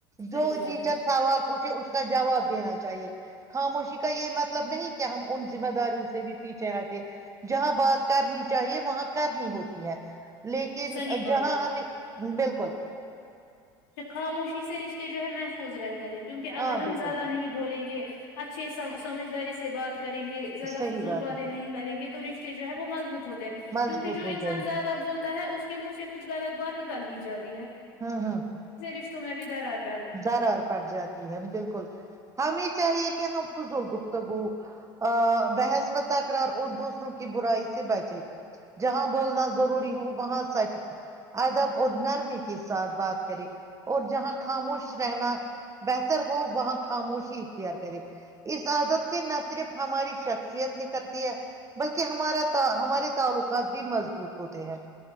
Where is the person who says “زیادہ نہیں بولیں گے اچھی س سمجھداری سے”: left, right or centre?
Left